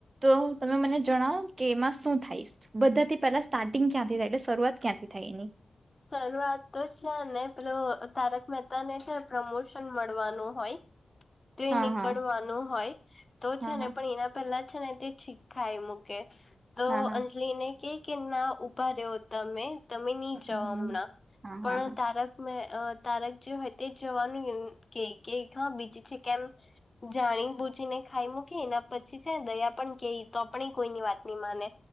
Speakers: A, on the right (about 45°); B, on the left (about 30°).
A: તો તમે મને જણાવ કે એમાં શું થઈશ બધાથી પેલા સ્ટાર્ટિંગ ક્યાંથી થાય એટલે શરૂઆત ક્યાંથી થાય એની
B: શરૂઆત તો છે ને પેલો તારક મહેતા ને છે પ્રમોશન મળવાનું હોય તો
A: હા
B: એ નીકળવાનું
A: હા
B: હોય તો
A: હા
B: છે ને
A: હા
B: પણ એના પહેલા છે ને તે છી ખાઈ મૂકે તો
A: હા હા
B: અંજલિ ને કે કે ના ઉભા રહ્યો તમે તમે નહી જવા
A: હમ
B: હમણાં
A: હા
B: પણ
A: હા હા.
B: તારક મે તારક જે હોય તે જવાનું કે કે હા બીજીું છે કેમ જાણી બૂજીી ને ખાઈ મૂકી એના પછી છેને દયા પણ કે તો પણ કોઈની વાત નહી માને